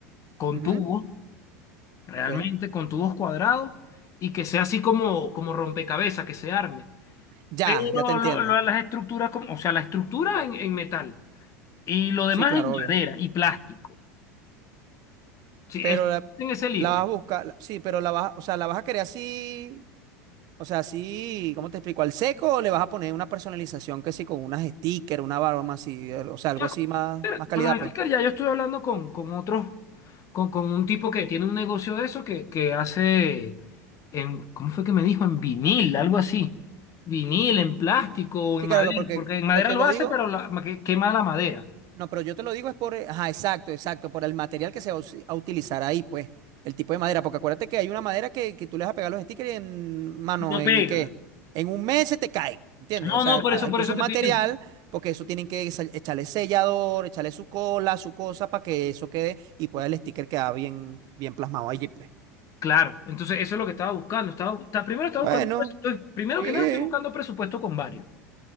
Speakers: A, on the left; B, on the right.
A: con
B: Ujú,
A: tubos, realmente
B: Ok.
A: con tubos cuadrados y que sea así como, como rompecabezas, que se arme.
B: Ya,
A: Pero
B: ya te entiendo.
A: lo- lo- las estructuras, como, o sea, la estructura en, en metal y lo demás
B: Sí, claro,
A: en
B: obvio.
A: madera y plástico. Sí,
B: Pero
A: es-
B: la,
A: en ese lío.
B: la vas a buscar, la- sí, pero la vas, a- o sea, la vas a querer así, o sea, así, ¿cómo te explico? ¿Al seco o le vas a poner una personalización que sí, con unas stickers, una barba más así, o sea, algo
A: Ya
B: así
A: con,
B: más, más calidad,
A: con los
B: pues?
A: stickers, ya yo estoy hablando con, con otros, con, con un tipo que tiene un negocio de eso que, que hace, en, ¿cómo fue que me dijo? En vinil, algo así. Vinil, en plástico, o
B: Sí,
A: en madera,
B: claro, porque
A: porque en madera
B: lo, te
A: lo
B: lo
A: hace,
B: digo.
A: pero la, que- quema la madera
B: No, pero yo te lo digo es por, eh, ajá, exacto, exacto, por el material que se va a usi- a utilizar ahí, pues, el tipo de madera, porque acuérdate que hay una madera que, que tú le vas a pegar los stickers y en, mano,
A: y no
B: ¿en
A: pega.
B: qué? En un mes se te caen, ¿entiendes?
A: No,
B: O sea,
A: no, por
B: ha-
A: eso,
B: hay
A: por
B: que
A: eso
B: usar un
A: te
B: material,
A: estoy diciendo.
B: porque eso tienen que sa- echarle sellador, echarle su cola, su cosa, para que eso quede y pueda el sticker quedar bien, bien plasmado allí, pues.
A: Claro, entonces eso es lo que estaba buscando. Estaba, está- primero estaba
B: Bueno,
A: buscando, presu- estoy- primero
B: sí,
A: que nada estoy buscando presupuesto con varios,